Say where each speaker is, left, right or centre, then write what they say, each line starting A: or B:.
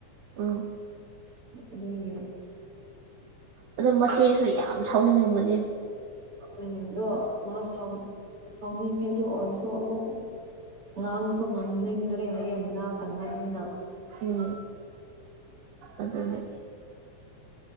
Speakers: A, on the right; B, on the right.
A: ꯎꯝ
B: ꯑꯗꯨꯒꯤ
A: ꯑꯗꯣ ꯃꯆꯦꯁꯨ ꯌꯥꯝ ꯁꯥꯎꯅꯤꯡꯉꯝꯒꯅꯤ
B: ꯎꯝ ꯑꯗꯣ ꯃꯥ ꯁꯥꯎ ꯁꯥꯎꯅꯤꯡꯉꯦ ꯑꯗꯨ ꯑꯣꯏꯔꯁꯨ ꯁꯨ ꯑꯃꯨꯛ ꯉꯥꯡꯁꯨ ꯉꯥꯡꯅꯤꯡꯗ꯭ꯔꯦ ꯍꯥꯏꯌꯦ ꯃꯅꯥ ꯀꯟꯕꯅꯤꯅ
A: ꯎꯝ ꯑꯗꯨꯅꯦ